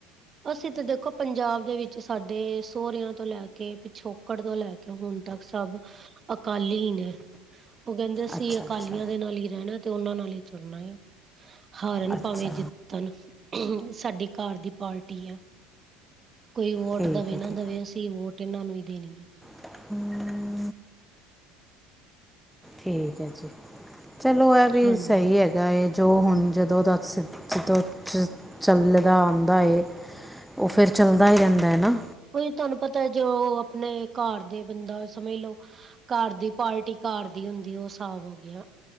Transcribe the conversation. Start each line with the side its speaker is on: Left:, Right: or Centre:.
Right: ਅਸੀਂ ਤਾਂ ਦੇਖੋ ਪੰਜਾਬ ਦੇ ਵਿੱਚ ਸਾਡੇ ਸੋਹੁਰਿਆਂ ਤੋਂ ਲੈ ਕੇ ਪਿੱਛੋਂ ਕੱਕੜ ਤੋਂ ਲੈ ਕੇ ਹੁਣ ਤੱਕ ਸਭ ਅਕਾਲੀ ਹੀ ਨੇ ਓ ਕਹਿੰਦੇ ਅਸੀਂ
Centre: ਅੱਛਾ
Right: ਅਕਾਲੀਆਂ
Centre: ਅੱਛਾ
Right: ਦੇ ਨਾਲ ਹੀ ਰੈਣਾ ਤੇ ਓਨਾਂ ਨਾਲ ਹੀ ਤੁਰਨਾ ਹਾਰਨ
Centre: ਅੱਛਾ
Right: ਭਾਵੇਂ ਜਿੱਤਣ ਸਾਡੀ ਘਰ ਦੀ ਪਾਰਟੀ ਆ ਕੋਈ ਵੋਟ
Centre: ਠੀਕ
Right: ਦਵੇ
Centre: ਹੈ
Right: ਨਾ
Centre: ਠੀਕ
Right: ਦਵੇ। ਅਸੀਂ ਵੋਟ ਇਹਨਾਂ ਨੂੰ ਵੀ ਦੇਣੀ ਆ।
Centre: <unintelligible> ਠੀਕ ਐ ਜੀ ਚਲੋ, ਐ ਵੀ
Right: ਹਾਂਜੀ
Centre: ਸਹੀ ਹੈ। ਏ ਜੋ ਹੁਣ ਜਦੋਂ ਦੱਸ ਸਿੱਧੋ ਚ ਚੱਲਦਾ ਆਂਦਾ ਏ ਉਹ ਫਿਰ ਚੱਲਦਾ ਈ ਰੈਂਦਾ ਏ ਨਾ।
Right: ਉਹ ਈ ਤੁਹਾਨੂੰ ਪਤਾ ਜੋ ਆਪਣੇ ਘਰ ਦੇ ਬੰਦਾ ਸਮਝ ਲੋ। ਘਰ ਦੀ ਪਾਰਟੀ ਘਰ ਦੀ ਹੁੰਦੀ। ਉਹ ਸਾਬ ਹੋ ਗਿਆ।